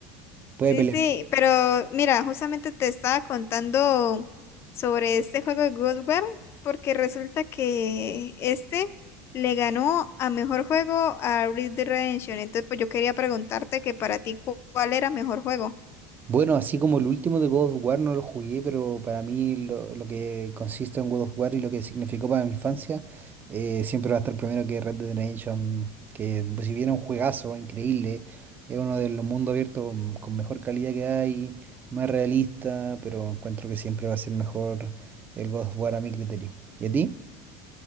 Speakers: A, on the right (about 30°); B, on the left (about 40°).
A: Puede
B: Sí,
A: pelear.
B: sí, pero mira, justamente te estaba contando sobre este juego de Ghostwire, porque resulta que este le ganó a mejor juego a Red Dead Redemption. Entonces, pues yo quería preguntarte que para ti, cu- ¿cuál era mejor juego?
A: Bueno, así como el último de God of War no lo jugué, pero para mí lo, lo que consiste en God of War y lo que significó para mi infancia, eh, siempre va a estar primero que Red Dead Redemption, que pues, si bien es un juegazo increíble, es uno de los mundos abiertos mm, con mejor calidad que hay, más realista, pero encuentro que siempre va a ser mejor el God of War a mi criterio. ¿Y a ti?